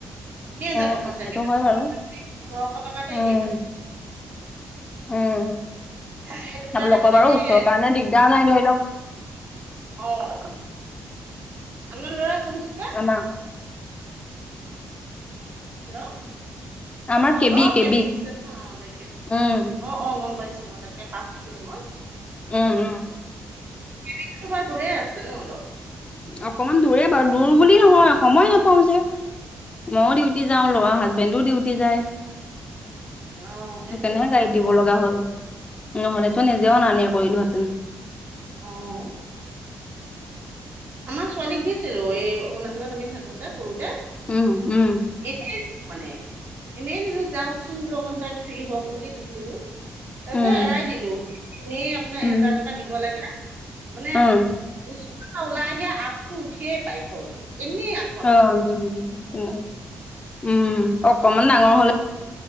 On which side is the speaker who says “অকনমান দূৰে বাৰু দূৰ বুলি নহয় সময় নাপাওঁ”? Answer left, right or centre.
Left